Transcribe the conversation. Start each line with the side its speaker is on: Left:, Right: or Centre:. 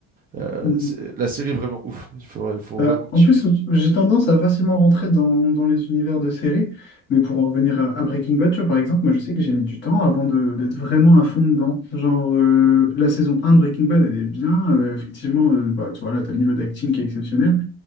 Right: euh,
Left: Mm,
Right: c'est-
Left: mm.
Right: la série est vraiment ouf. Il faut, il faut
Left: Euh,
Right: vraiment que
Left: en
Right: tu.
Left: plus, j'ai tendance à facilement rentrer dans, dans les univers de séries, mais pour en revenir à, à Breaking Bad, tu vois, par exemple, moi je sais que j'ai mis du temps avant de- d'être vraiment à fond dedans. Genre, euh, la saison un de Breaking Bad, elle est bien, euh, effectivement, euh, bah, tu vois, là, t'as le niveau d'acting qui est exceptionnel.